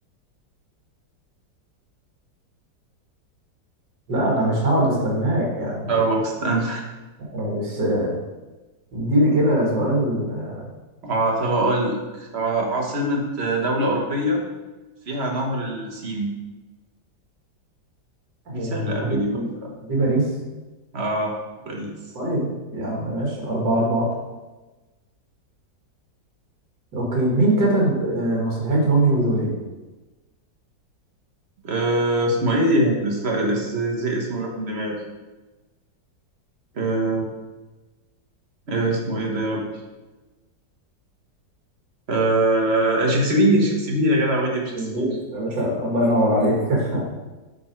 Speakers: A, on the right (about 70°); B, on the right (about 40°).
A: لا أنا مش هقعد استناك يعني
B: أهو استنى
A: آه، بس آه، اديني كده سؤال آه،
B: آه طب أقول لك ع- عاصمة دولة أوروبية فيها نهر السين
A: هي
B: دي سهلة
A: دي,
B: أوي دي برضه
A: دي باريس
B: آه باريس
A: طيب يا عم ماشي أربعة أربعة أوكي مين كتب آه، مسرحية روميو وجولييت؟
B: آه اسمه إيه يعني؟ اس- لا اس- زي, زي اسمه راح من دماغي آه آه اسمه إيه ده يا ربي آه شكسبير شكسبير يا جدع ويليام شكسبير
A: جمهور يا باشا الله ينور عليك <laughs>